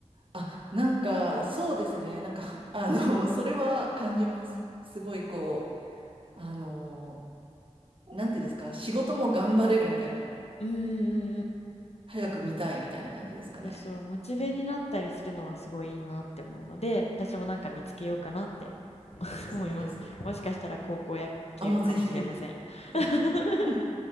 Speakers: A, on the right (about 45°); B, on the left (about 60°).
A: あ、なんか、そうですね。なんか、<laughs> はあの、<laughs> それは感じます。すごい、こう、あの、なんていうんですか、仕事も頑張れるみたいな、
B: うーんうんうん。
A: 早く見たいみたいな感じですかね。
B: そうそう、モチベになったりするのはすごいいいなって思うので、
A: うん、
B: 私もなんか見つけようかなって <laughs>
A: おすすめです。
B: 思います。もしかしたら高校野球かもしれません。
A: あ、もうぜひぜひ、ぜひ。
B: <laughs>
A: <laughs>